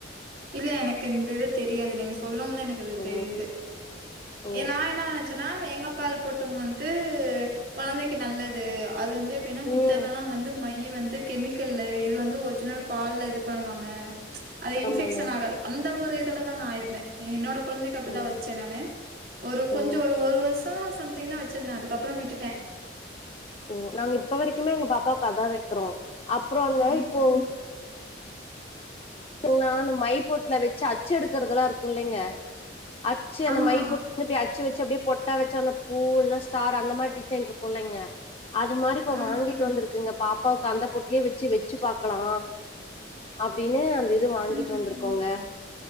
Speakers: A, on the right (about 50°); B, on the left (about 30°).
A: இல்ல எனக்கு இந்த இது தெரியாது நீங்க சொல்லவு தா எனக்கு இது
B: ஓ
A: தெரியுது
B: ஓ
A: ஏ நா என்ன நெனச்சன்னா வேங்கப்பால் போட்டும் வந்து கொழந்தைக்கு நல்லது அது வந்து எப்டின்னா மித்ததெல்லா
B: ம்
A: வந்து மை ய் வந்து கெமிக்கல்லு இது வந்து ஒரிஜினல் பால்ல இது பண்ணுவாங்க அது இன்ஃபெக்ஷன்
B: ஆமாங்க
A: ஆகாது அந்த ஒரு இதுலதா நா இருந்தே என்னோட கொழந்தைக்கி அப்டிதா
B: ஓ
A: வச்சே நானு ஒரு கொஞ்சோ
B: ஓ
A: ஒரு ஒரு வருஷோ சம்திங் தா வச்சிருந்தே அதுக்கப்புறோ விட்டுட்டே
B: ஓ நாங்க இப்ப வரைக்குமே எங்க பாப்பாவுக்கதா வைக்கிறோ அப்புறோ அந்த
A: ம்
B: இப்போ
A: ம்
B: <inaudible> ன்னா அந்த மைப்போட்ல வெச்சு அச்சு எடுக்கறதெல்லா இருக்கு இல்லைங்க அச்சு அந்த
A: ஆமா
B: மை போட்டு அச்சு வச்சு அப்டியே போட் டா வச்சா அந்த பூ இல்ல ஸ்டார் அந்த மாரி டிசைன் இருக்குல்லங்க அது மாரி இப்ப
A: ம்
B: வாங்கிட்டு
A: ம்
B: வந்துருக் குங்க பாப்பாவுக்கு அந்த பொட்லேயே வச்சு வச்சு பாக்கலா அப்டின்னு அந் இது வாங்கிட்டு
A: ம் ம்
B: வந்திருக்கோங்க